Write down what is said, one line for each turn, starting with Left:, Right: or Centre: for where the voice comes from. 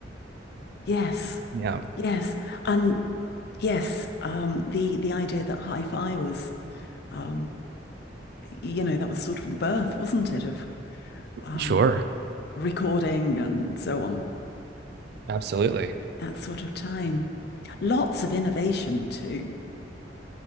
Left: Yes.
Right: yeah,
Left: Yes, and yes, um, the the idea that hi-fi was, um, you know, that was sort of the birth, wasn't it, of um,
Right: sure.
Left: recording and so on,
Right: Absolutely.
Left: that sort of time. Lots of innovation too.